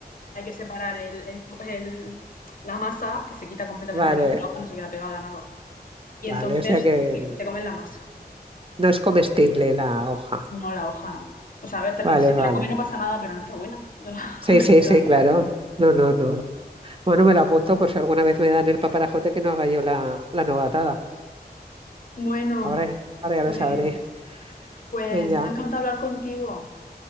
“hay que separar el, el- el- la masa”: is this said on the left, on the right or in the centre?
Left